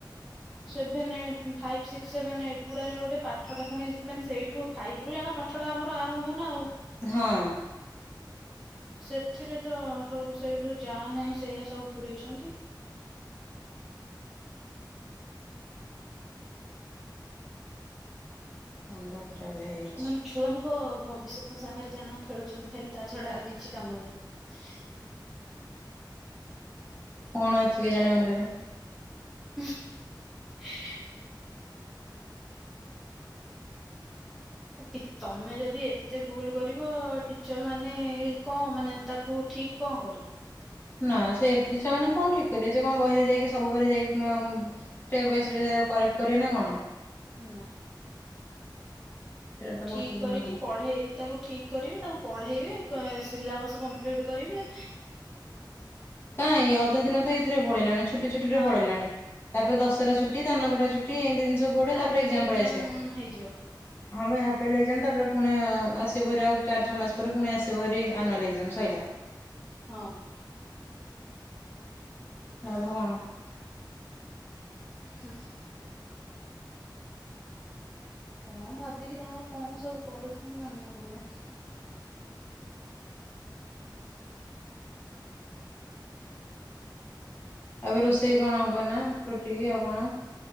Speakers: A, in the centre; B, on the left (about 25°).
A: ସେଭେନେ ଫାଇପ୍ ସିକ୍ସ ସେଭେନେ ଏଗୁଡା ରେ ଗୋଟେ ପାଠ ଟା ଫୁଣି ମାନେ ସେଇଠୁ ଫାଇପ୍ ରୁ ଜାଣ। ପାଠ ଟା ଆମର ଆରମ୍ଭ ନା ଆଉ।
B: ହଁ।
A: ସେଥିରେ ତ ସବୁ ସେଇଠୁ ଯା ନାହିଁ ସେଇଆ ସବୁ ପୁରଇଚନ୍ତି।
B: <unintelligible> ମୁଣ୍ଡ ଖରାପ ହେଇଛି
A: ମାନେ ଛୁଆଙ୍କ ଭ ଭବିଷ୍ୟତ ସାଙ୍ଗରେ ଜାଣ ଖେଲୁଚନ୍ତି ଖାଲି ତା ଛଡା ଆଉ କିଛି କାମ ନାହିଁ।
B: <inaudible> କଣ ଅଛି କେଜାଣି ମୁଣ୍ଡରେ?
A: <unintelligible> ଆ ଟିଚ୍ ତମେ ଯଦି ଏତେ ଭୁଲ୍ କରିବ ଟିଚର ମାନେ ଏ କଣ ମାନେ ତାକୁ ଠିକ୍ କଣ କରିବି?
B: ନା ସେ ଟିଚର୍ ମାନେ କଣ ଠିକ୍ କରିବେ ସେ କଣ ବହିରେ ଯାଇକି ସବୁ ଘରେ ଯାଇକି <unintelligible> ତାକୁ କରେକ୍ଟ କରିବେ ନା କଣ?
A: ନାଁ।
B: ସେଇଟା ତ ପସିବୁଲ
A: ଠିକ୍ କରିକି
B: ନୁହଁ।
A: ପଢେଇ ତାଙ୍କୁ ଠିକ କରିବି ତାଙ୍କୁ ପ ଢେଇବେ କଁ ଏ ସିଲାବସ କମ୍ପ୍ଲିଟ କରିବେ।
B: କାଁଇ ଏ ଅଧା ଦିନ ତ ଏଇଥିରେ ପଳେଇଲାଣି ଛୁଟି ଛୁଟି ରେ
A: ହଁ
B: ପଳେଇଲାଣି ତାପରେ ଦଶହରା ଛୁଟି ଧାନକଟା ଛୁଟ୍ ଫ୍ରି ଏନଡ୍ ରେ ଜିନଷ ପଡେ ତାପରେ
A: ହାପି ଅଲି
B: ଏକଜାମ୍
A: ଏକ୍ଜାମ
B: ପଳେଇ ଆସିବ
A: ହେଇଯିବ
B: ଫେଲ ଏକଜାମ ତା ପରେ ଫୁଣି ଆ ଆସିପାରେ ଆଉ ଚାରି ଛଅ ମାସ ପରେ ପୁଣି ଆସିବ ହାରି ଆନୁଆଲ ଏକଜାମ୍ ସଇଲା।
A: ହଁ।
B: ଲାଭ କଣ?
A: ହୁଁ। କଣ ଭାବିକି ତାଙ୍କର କଣ ସବୁ କରୁଛନ୍ତି ମାନିବାକୁ ପଡିବ।
B: ଏବେ ରୁଷେଇ କଣ ହବ ଏନା ରୁଟି ଆଉ କଣ?